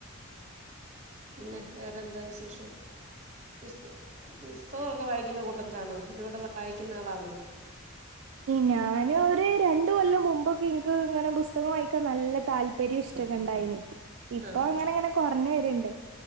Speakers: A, on the right; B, on the right.
A: പിന്നെ വേറെന്താ വിശേഷം പുസ്ത പുസ്തകോക്കെ വായിക്കുന്ന കൂട്ടത്തിലാണ ഒരുപാട് വായിക്കുന്ന ആളാന്നോ
B: ഞാന് ഒരു രണ്ട്കൊല്ലം മുമ്പൊക്കെ ഇങ്ക് ഇങ്ങനെ ബുസ്തകം വായിക്കാൻ നല്ല താല്പര്യം ഇഷ്ടൊക്കെ ഉണ്ടായിനി ഇപ്പൊ
A: ആഹ്
B: അങ്ങനങ്ങനെ
A: ആഹ്
B: കൊറഞ്ഞ് വരുണ്ട്